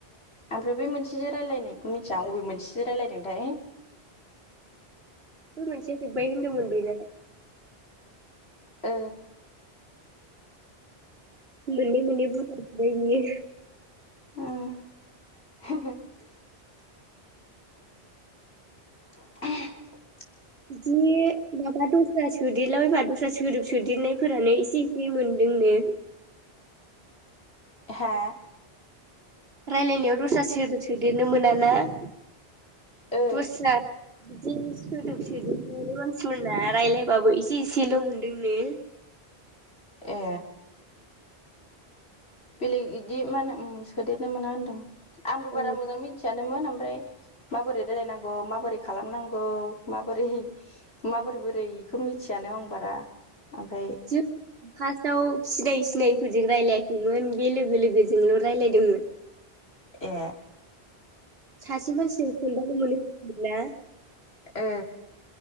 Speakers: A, on the left (about 75°); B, on the right (about 70°).
A: ओमफ्राय बै मोनसेजों रायजलायनायखौ मिथियां अबे मोनसेजों रायलायदोंथाय
B: मस बायन्द म बिल <inaudible>
A: ओ
B: मोनै मोनै बुजााय बियो
A: ओम <unintelligible> <inaudible>
B: बिदि माबा दस्रा सोदेरलाबायबा दस्रा सोदोब सोदेरनायफोरानो इसे जि मोनदों ने
A: हा
B: रायलायनायाव दस्रा सोदेर सोदेरनो मोना ना ।
A: ओ
B: दसार बिदि <unintelligible> मानसिफोरना रायलायबाबो इसे एसेल' मोनदोंनो
A: ए बेलेग बिदि मा होनो सोदेरनो मोना होनदों आंबो
B: औ
A: बारा मोजां मिथियानोमोन। ओमफ्राय माबोरै रायलायनांगौ माबोरै खालामनांगौ माबोरै माबोरै बोरै बेखौ मिथियानो आं बारा ओमफ्राय
B: जों फार्स्टआव सिनाय सिनायफोरजों रायजलायाखैमोन बे लोगो लोगोजोंल' रायज्लायदोंमोन।
A: ए
B: सासे मानसिजों खोनथामल'मोनो होनदों ना
A: ओ